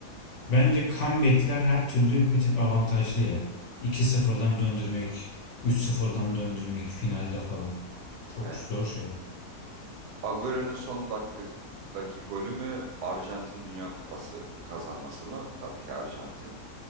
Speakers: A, on the left; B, on the right.
A: Bence comeback'ler her türlü bir tık avantajlı ya. iki sıfırdan
B: Evet,
A: döndürmek, üç sıfırdan döndürmek finalde falan. Çok
B: evet.
A: zor şeyler.
B: Agüero'nun son dakikadaki golü mü Arjantin Dünya Kupası kazanması mı? Tabii ki Arjantin.